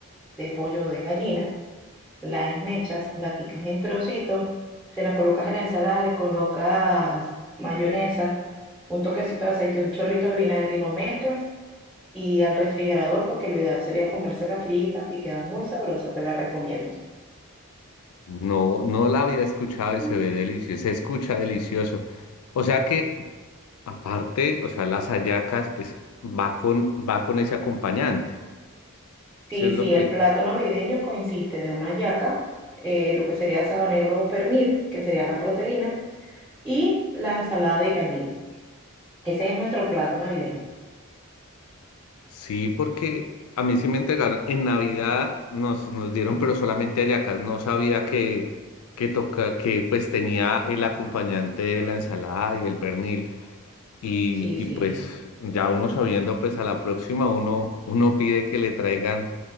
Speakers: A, in the centre; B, on the left (about 75°).
A: de pollo de gallina la esmechas, la picas en trocitos, se la colocas a la ensalada, le colocas mayonesa, un toquecito de aceite, un chorrito de vinagre y lo mezclas y al refrigerador porque lo ideal sería comérsela frita y queda muy sabrosa, te la recomiendo.
B: No, no la había escuchado y
A: Mm.
B: se ve delicioso, se escucha delicioso. O sea que, aparte, o sea, las hallacas es, va con, va con ese acompañante.
A: Sí,
B: Sí, es lo
A: sí,
B: que.
A: el plato navideño consiste de una yaca, eh, lo que sería asado negro o pernil, que sería la proteína, y la ensalada de gallina. Ese es nuestro plato navideño.
B: Sí, porque a mí sí me entregaron. En Navidad nos, nos dieron, pero solamente hallacas. No sabía que, que toca, que pues tenía el acompañante de la ensalada y el pernil. Y,
A: Sí,
B: y
A: sí.
B: pues ya uno sabiendo, pues a la próxima uno, uno pide que le traigan